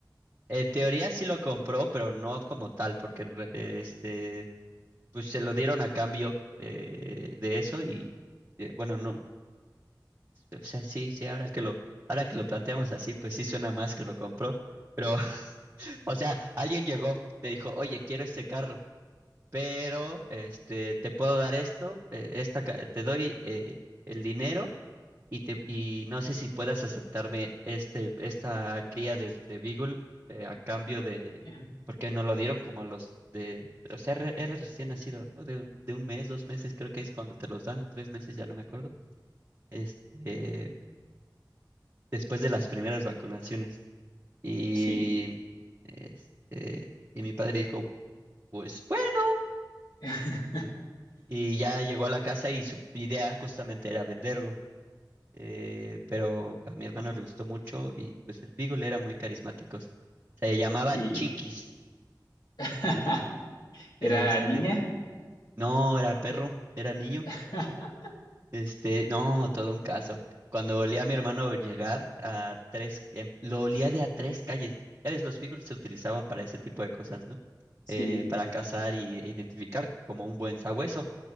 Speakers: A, on the right (about 35°); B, on the left (about 65°).
A: En teoría sí lo compró, pero no como tal, porque en re- eh, este, pues se lo dieron a cambio eh, de eso y eh, bueno, no, o sea, sí, sí, ahora que lo, ahora que lo planteamos así, pues sí suena más que lo compró. Pero, <laughs> o sea, alguien llegó, le dijo, oye, quiero este carro, pero este, te puedo dar esto, eh, esta, ca- te doy eh, el dinero y, te, y no sé si puedas aceptarme este, esta cría de, de Beagle eh, a cambio de,
B: Ajá.
A: porque nos lo dieron como a los de, o sea, re- era recién nacido, ¿no? De un, de un mes, dos meses, creo que es cuando te los dan, o tres meses, ya no me acuerdo, este, después de las primeras vacunaciones. Y,
B: Sí.
A: este, y mi padre dijo, pues bueno,
B: <laughs>
A: y ya llegó a la casa y su idea justamente era venderlo. eh, pero a mi hermano le gustó mucho y pues el Beagle era muy carismático. Se llamaba
B: Sí.
A: Chiquis.
B: <laughs> ¿Era
A: Este,
B: niña?
A: no era perro, era niño.
B: <laughs>
A: Este, no, todo un caso. Cuando olía a mi hermano llegar a tres, em, lo olía de a tres calles. Ya ves, los Beagles se utilizaban para ese tipo de cosas, ¿no?
B: Sí,
A: Eh, para cazar y- e identificar como un buen sabueso.